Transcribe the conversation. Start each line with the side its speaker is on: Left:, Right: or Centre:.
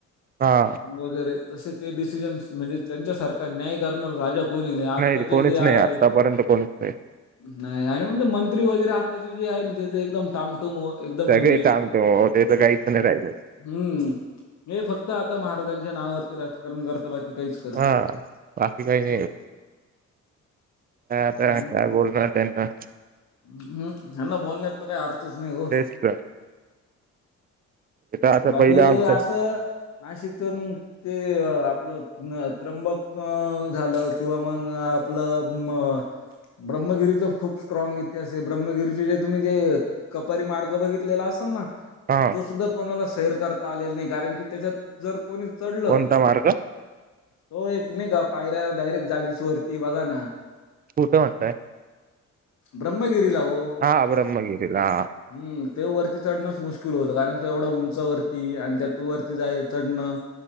Right: हा.
Left: वगैरे तसे ते डिसिजन्स म्हणजे त्यांच्या सारख न्याय करणारा राजा कोणी नाही. आत्ता
Right: रे कोणीच
Left: जे आहे.
Right: नाही आतापर्यंत कोणीच नाही
Left: नाही आणि म्हण मंत्री वगैरे आत्ताचे जे आहे ना ते एकदम टाम <unintelligible> एकदम. म्हणजे
Right: सगळे टामटूम ते तर काहीच नाही राहिलं.
Left: हम्म हे फक्त आता महाराजांच्या नावावरती राजकारण करत बाकी काहीच करत नाही.
Right: हा बाकी काही नाही.
Left: हो,
Right: काय आता
Left: म-
Right: काय बोलणार? त्यांना.
Left: हम्म. ह्यांना बोलण्यात तर काही अर्थच नाही हो.
Right: तेच तर इथं आता
Left: बाकी
Right: पहिलं आमचं
Left: असं नाशिकच मग ते आपलं त्र्यंबक अ झालं किंवा मग आपलं अ ब्रह्मगिरीच खूप स्ट्रॉग ते असे ब्रह्मगिरीचे जे तुम्ही जे कपारी मार्ग बघितलेला असेल ना
Right: हां.
Left: तो सुद्धा कोणाला सैर करता आलेल नाही कारण की त्याच्यात जर कोणी चढलं
Right: कोणता मार्ग
Left: तो एक नाहीे का पायऱ्या डायरेक्ट जागीच वरती बघा ना
Right: कुठं म्हणताय?
Left: ब्रह्मगिरीला ओ.
Right: हा ब्रम्हगिरीला.
Left: हम्म ते वरती चढणंच मुश्किल होतं कारण तू एवढं उंचा वरती आणि त्या तू वरती जायला चढणं.